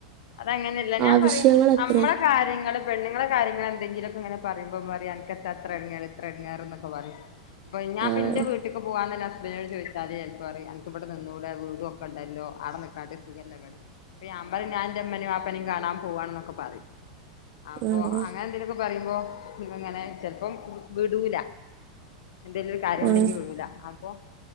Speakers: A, on the left (about 65°); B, on the right (about 30°).
A: ആഹ്അതങ്ങനല്ല ഞാൻ
B: ആവശ്യങ്ങൾ
A: പറയാ
B: എത്ര
A: നമ്മളെ കാര്യങ്ങള് പെണ്ങ്ങളെ കാര്യങ്ങ എന്തെങ്കിലുമൊക്കെ ഇങ്ങനെ പറുമ്പോ പറയാ എന അത്ര എടങ്ങാറ് ഇത്ര എടങ്ങാറ് എന്നൊക്കെ പറയും അപ്പൊ ഞാൻ
B: ആഹ്
A: പിന്നെ വീട്ടിലക്ക് പോവാന്നല്ല അന്നോട് ചോദിച്ചാല് ചെലപ്പ പറയും എനക്ക് ഇവിടെ നിന്നൂ വീടും ഒക്കെ ഉണ്ടല്ലോ അടെ നിക്കാട്ടെ സുഖല്ല ഇവിടെ അപ്പ ഞൻ പറയും ഞാ ൻഎന്റെ ഉമ്മ നെയും വാപ്പ നെയും കാണാൻ പോവാന്നൊക്കെ പറയും അപ്പൊ
B: ആഹ്
A: അങ്ങനെ എന്തക്ക പറയുമ്പോ അങ്ങനെ ചെലപ്പം വിടൂല എന്തെേലും ഒരു കാര്യം
B: ആഹ്
A: ഉണ്ടെങ്കിൽ വിടൂലഅപ്പൊ